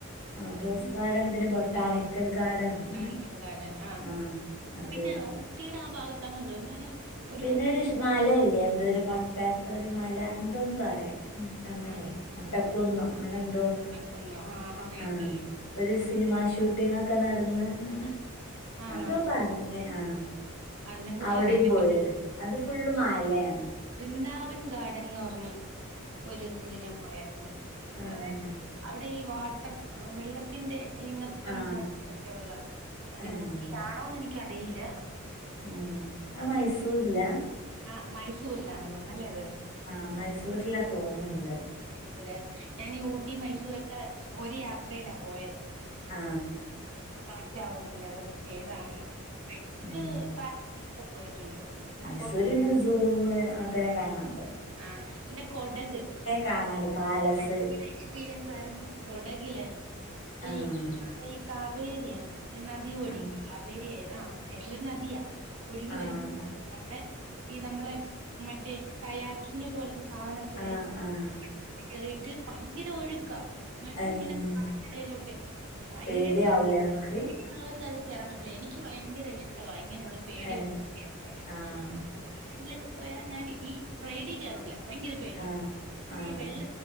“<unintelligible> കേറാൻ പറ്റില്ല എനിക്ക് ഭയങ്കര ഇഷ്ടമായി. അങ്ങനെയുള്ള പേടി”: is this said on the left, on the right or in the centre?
Right